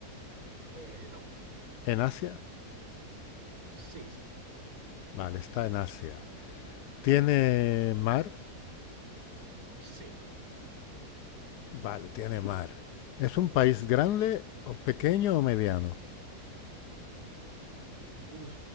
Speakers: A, on the right; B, on the left.
A: Eh, no,
B: ¿En Asia?
A: sí.
B: Vale, está en Asia. ¿Tiene mar?
A: Sí.
B: Vale, tiene mar. ¿Es un país grande o pequeño o mediano?
A: Uf,